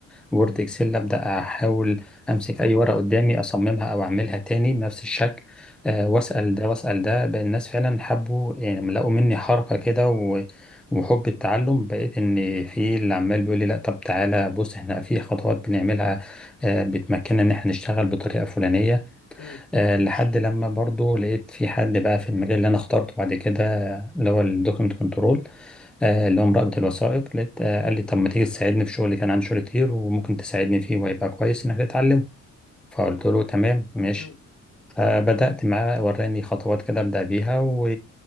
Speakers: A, in the centre; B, on the left.
A: وورد اكسل ابدأ احاول امسك اي ورقة قدامي اصممها او اعملها تاني بنفس الشكل
B: مهم.
A: أه واسأل ده واسأل ده بقى الناس فعلا حبوا يعني لما لقوا مني حركة كده و... وحب التعلم بقيت ان في اللي عمال بيقول لي لا طب تعالى بص احنا في خطوات بنعملها أه بتمكننا ان احنا نشتغل بطريقة فلانية
B: مم.
A: آه، لحد لما برضو لقيت في حد بقى في المجال اللي انا اخترته بعد كده اللي هو الدوكيمنت كنترول اللي هو مراقبة الوثائق لقيت آه، قال لي طب ما تيجي تساعدني في شغلي كان عندي شغل كتير وممكن تساعدني فيه وهيبقى كويس انك تتعلم فقلت له تمام ماشي
B: مم.
A: فبدأت معاه وراني خطوات كده أبدأ بيها و...